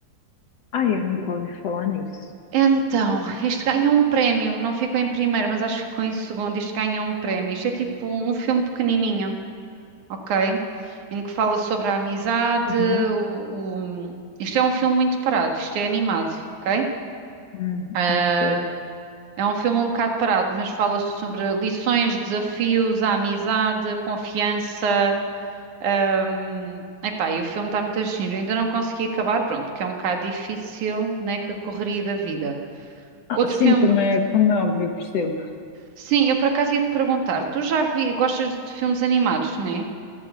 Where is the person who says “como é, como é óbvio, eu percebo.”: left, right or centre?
Left